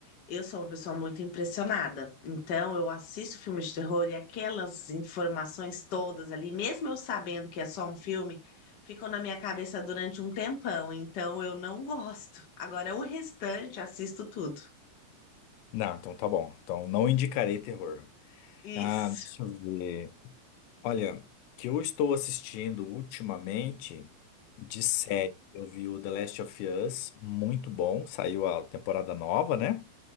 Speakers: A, on the left; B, on the left.
A: eu sou uma pessoa muito impressionada. Então, eu assisto filme de terror e aquelas informações todas ali, mesmo eu sabendo que é só um filme, ficam na minha cabeça durante um tempão. Então, eu não gosto. Agora, o restante, assisto tudo.
B: Não, então tá bom. Então não indicarei terror.
A: Isso.
B: Ah, deixa eu ver. Olha, que eu estou assistindo ultimamente de série. Eu vi o The Last of Us, muito bom. Saiu a temporada nova, né?